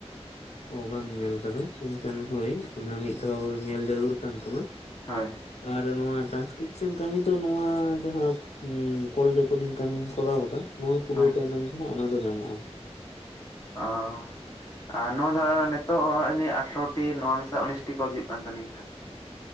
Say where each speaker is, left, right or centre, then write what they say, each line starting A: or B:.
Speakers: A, on the left (about 75°); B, on the left (about 30°).
A: ᱚ ᱵᱟᱢ ᱧᱮᱞ ᱠᱟᱫᱟ ᱮᱱᱠᱷᱟᱱ ᱦᱳᱭ ᱚᱱᱟ ᱢᱤᱫ ᱫᱷᱟᱣ ᱧᱮᱞ ᱡᱟᱨᱩᱲ ᱠᱟᱱ ᱛᱟᱢᱟ
B: ᱦᱳᱭ
A: ᱟᱨ ᱱᱚᱣᱟ ᱴᱨᱟᱱᱥᱠᱤᱯ ᱥᱮᱱ ᱠᱟᱹᱢᱤ ᱫᱚ ᱱᱚᱣᱟ ᱡᱟᱦᱟᱸ ᱠᱚᱞ ᱨᱮᱠᱚᱨᱰᱤᱝ ᱠᱟᱹᱢᱤᱢ ᱠᱚᱨᱟᱣ ᱠᱟᱫᱟ ᱱᱚᱣᱟ ᱯᱩᱨᱟᱹᱣ
B: ᱦᱳᱭ
A: ᱛᱟᱭᱱᱚᱢ ᱜᱮ ᱦᱟᱸᱜ ᱚᱱᱟ ᱫᱚ ᱧᱟᱢᱚᱜᱼᱟ
B: ᱟ ᱟᱨ ᱱᱚᱣᱟ ᱫᱚ ᱱᱮᱛᱚᱜ ᱱᱤᱭᱟᱹ ᱟᱴᱷᱨᱚᱴᱤ ᱱᱚᱣᱟ ᱢᱮᱥᱟ ᱩᱱᱤᱥᱴᱤ ᱠᱚᱞ ᱦᱩᱭᱩᱜ ᱠᱟᱱ ᱛᱟᱹᱞᱤᱧᱟ ᱦᱟᱸᱜ